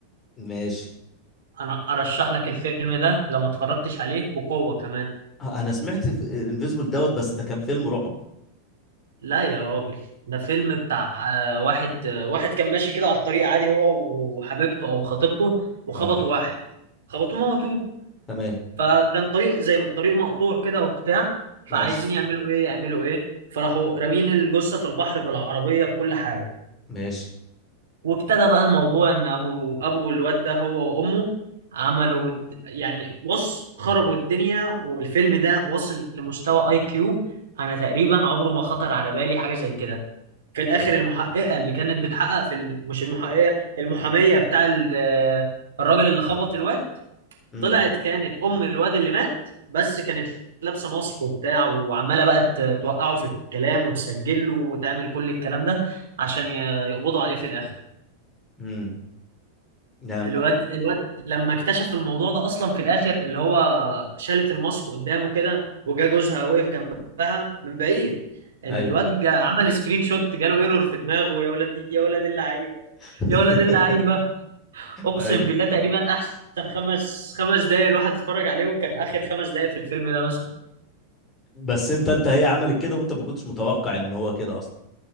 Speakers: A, on the left; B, on the right.
A: ماشي
B: انا ارشح لك الفيلم ده لو ما اتفرجتش عليه بقوة كمان
A: آه، انا سمعت انفيزبل دوت بس ده كان فيلم رعب
B: لا يا راجل ده فيلم بتاع آه، واحد آه، واحد كان ماشي كده على الطريق عادي هو وحبيبته او خطيبته وخبطوا
A: اه
B: واحد خبطوه موتوه
A: تمام
B: فكان طريق زي ما الطريق مقطوع كده وبتاع فعايزين
A: ماشي
B: يعملوا ايه يعملوا ايه فراحوا رامين الجثه في البحر بالعربيه بكل حاجه
A: ماشي
B: وابتدى بقى الموضوع ان ابو ابو الواد ده هو وامه عملوا د- يعني بص خربوا الدنيا والفيلم ده وصل لمستوى اي كيو انا تقريبا عمره ما خطر على بالي حاجه زي كده في الاخر المحققه اللي كانت بتحقق في ال... مش المحققه المحاميه بتاع ال... الراجل اللي خبط الواد
A: امم
B: طلعت كانت ام الواد اللي مات بس كانت لابسه ماسك وبتاع وعماله بقى ت- توقعه في الكلام وتسجل له وتعمل كل الكلام ده عشان ي- يقبضوا عليه في الاخر
A: امم نعم
B: الواد الواد لما اكتشف الموضوع ده اصلا في الاخر اللي هو شالت الماسك قدامه كده وجا جوزها وقف جنبها من بعيد ال-
A: ايوه
B: الواد جا عمل سكرين شوت جاله ايرور في دماغه يا ولاد يا ولاد اللعيبه
A: <laughs>
B: يا ولاد اللعيبه اقسم
A: ايوه
B: بالله تقريبا احسن خمس خمس دقايق الواحد اتفرج عليهم كان اخر خمس دقايق في الفيلم ده مثلا
A: بس انت انت هي عملت كده وانت ما كنتش متوقع ان هو كده اصلا